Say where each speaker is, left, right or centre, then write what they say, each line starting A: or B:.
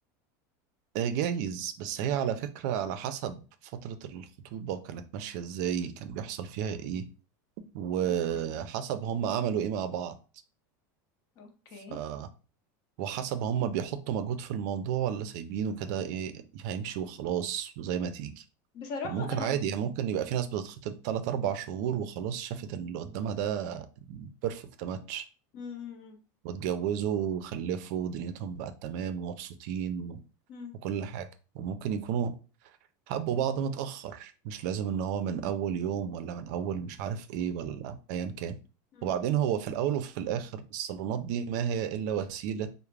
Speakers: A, on the right; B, on the left.
A: آه، جايز بس هي على فكرة على حسب فترة الخطوبة كانت ماشية ازاي كان بيحصل فيها ايه وحسب
B: اوكي
A: هم عملوا ايه مع بعض
B: اوكي
A: ف... وحسب هم بيحطوا مجهود في الموضوع ولا سايبينه كده ايه هيمشي وخلاص وزي ما تيجي
B: بصراحة
A: فممكن
B: انا
A: عادي يعني ممكن يبقى في ناس بتتخطب تلات أربع شهور وخلاص شافت إن اللي قدامها ده بيرفكت ماتش
B: مم،
A: واتجوزوا وخلفوا ودنيتهم بقت تمام ومبسوطين و...
B: مم،
A: وكل حاجة وممكن يكونوا حبوا بعض متأخر مش لازم ان هو من اول يوم ولا من اول مش عارف ايه ولا ايا كان
B: مم.
A: وبعدين هو في الاول وفي الاخر الصالونات دي ما هي الا وسيلة